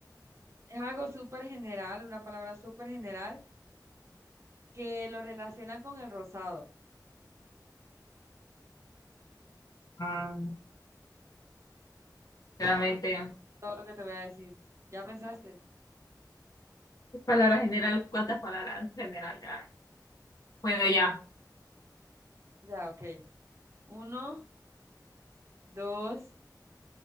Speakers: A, on the right (about 40°); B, on the left (about 55°).
A: Es algo súper general, una palabra súper general, que lo relacionan con el rosado.
B: Ah, Claramente.
A: Todo lo que te voy a decir. ¿Ya pensaste?
B: ¿Qué palabra general? ¿Cuántas palabras general ya? Bueno, ya,
A: Ya, ok. Uno, dos,